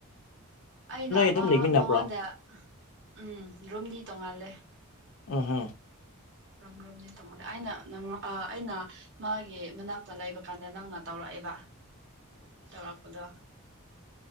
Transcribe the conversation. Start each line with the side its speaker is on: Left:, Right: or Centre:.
Right: ꯑꯩꯅ ꯑꯃ
Left: ꯑꯗꯨꯝ ꯂꯩꯃꯤꯟꯅꯕ꯭ꯔꯣ
Right: ꯃꯉꯣꯟꯗ ꯎꯝ ꯔꯨꯝꯗꯤ ꯇꯣꯡꯉꯥꯜꯂꯦ
Left: ꯎ ꯍꯣ
Right: ꯀꯣꯝ ꯭ꯔꯣꯝꯅꯦ ꯇꯥꯃꯣꯗ ꯑꯩꯅ ꯅꯪ ꯑꯩꯅ ꯃꯥꯒꯤ ꯃꯅꯥꯛꯇ ꯂꯩꯕ ꯀꯥꯟꯗ ꯅꯪꯅ ꯇꯧꯔꯛꯑꯦꯕ ꯇꯔꯄꯗ